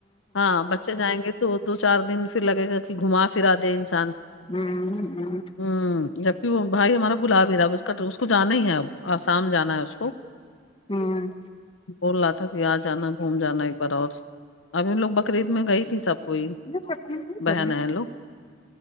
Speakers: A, on the left; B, on the left.
A: ہاں بچ ے جائیں گے تو دو چار دن پھر لگے گا کہ گھما پھرا دے انسان
B: ہوں ہوں
A: ہوں جبکہ وہ بھائی ہمارا بلا بھی رہا ہے اب اس کا اس کو جانا ہی ہے اب آسام جانا ہے اس کو
B: ہوں
A: بول رہا تھا کہ آ جانا گھوم جانا ایک بار اور ابھی ان لوگ بکرید میں گئی تھی سب کوئی
B: میرا سپریٹ ہی
A: بہن
B: پڑھا
A: ہے لوگ